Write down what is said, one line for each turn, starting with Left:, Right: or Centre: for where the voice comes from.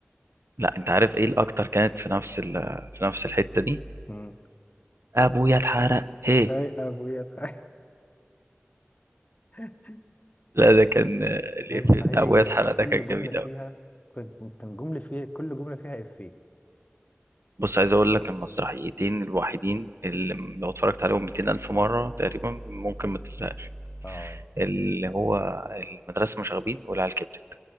Right: لا انت عارف ايه الاكتر كانت في نفس ال... في نفس الحتة دي
Left: مم.
Right: ابويا اتحرق هي
Left: اي ابويا تعالى. <laughs>
Right: لا ده كان الإفيه
Left: هي المسرحية
Right: بتاع
Left: دي
Right: ابويا
Left: ده,
Right: اتحرق
Left: ده كل
Right: ده كان
Left: جملة
Right: جميل
Left: فيها
Right: قوي
Left: كان كان جملة فيها كل جملة فيها إفيه
Right: بص عايز اقول لك المسرحيتين الوحيدين اللي لو اتفرجت عليهم 200 الف مره تقريبا ممكن ما تزهقش
Left: اه
Right: اللي هو المدرسه المشاغبين والعيال كبرت